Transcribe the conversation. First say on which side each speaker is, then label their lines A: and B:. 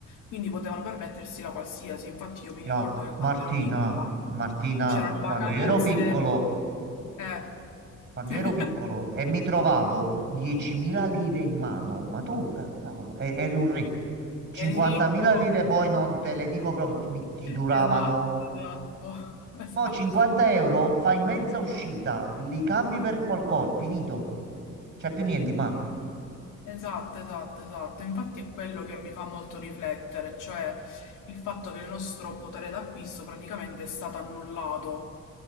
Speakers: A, on the left; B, on the right.
A: quindi potevano permettersi la qualsiasi. Infatti io mi
B: Ya,
A: ricordo che
B: Martina,
A: quando ero piccola
B: Martina,
A: c'erano vacanze,
B: quando io ero piccolo,
A: eh,
B: quando
A: <laughs>
B: io ero piccolo e mi trovavo 10.000 lire in mano, ma tu, ca- cavolo, e- eri un re. 50.000
A: eri ricco.
B: lire poi non te le dico proprio, ti, mi- ti duravano.
A: Esatto, esatto, <laughs> esatto,
B: Mo' 50 euro, fai mezza uscita, li cambi per qualcosa, finito. C'è più niente in mano.
A: esatto, esatto, esatto. Infatti è quello che mi fa molto riflettere, cioè il fatto che il nostro potere d'acquisto praticamente è stato annullato.